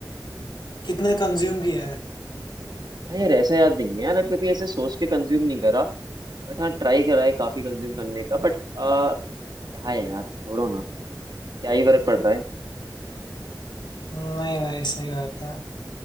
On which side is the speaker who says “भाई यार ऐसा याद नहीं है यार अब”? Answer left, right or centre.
Right